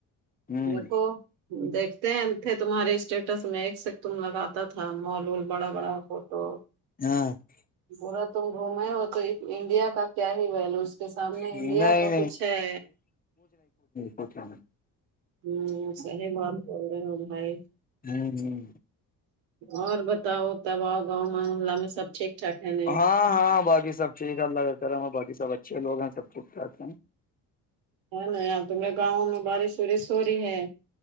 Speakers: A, on the left; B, on the right.
A: ہوں
B: دیکھو دیکھتے ہیں تھے تمہارے اسٹیٹس میں ایک سے تم لگاتا تھا مالون <unintelligible> بڑا بڑا فوٹو <unintelligible>
A: ہاں <unintelligible>
B: پورا توم روم ہی ہو تو انڈیا کا کیا ہی ویلو اس کے سامنے
A: نہیں
B: انڈیا کا کچھ ہے
A: اچھا <unintelligible>
B: ہوں صحیح بات بول رہے ہو بھائی <unintelligible>
A: ہوں ہوں
B: اور بتاؤ تب آؤ گاؤں محلہ میں سب ٹھیک ٹھاک ہے نا
A: ہاں ہاں باقی سب ٹھیک اللہا باقی سب اچھے لوگ ہیں سب ٹوٹے ہیں
B: ہے نا ار تمارے گاؤں میں بارش وورش ہو رہی ہے